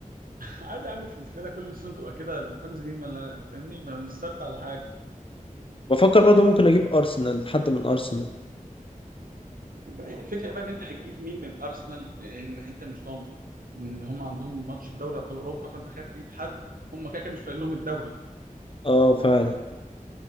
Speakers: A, on the right (about 85°); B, on the left (about 40°).
A: عادي يا عم مش مشكله كل سيزون تبقى كده الفانز دي ملا- ما فاهمني ما مش ثابته على حاجه
B: بفكر برضه ممكن اجيب ارسنال حد من ارسنال
A: الفكره بقى ان انت هتجيب مين من ارسنال لان انت مش ضامن ان هم عندهم ماتش في دوري ابطال اوروبا فانت خايف تجيب حد هم كده كده مش فارق لهم الدوري
B: اه فعلا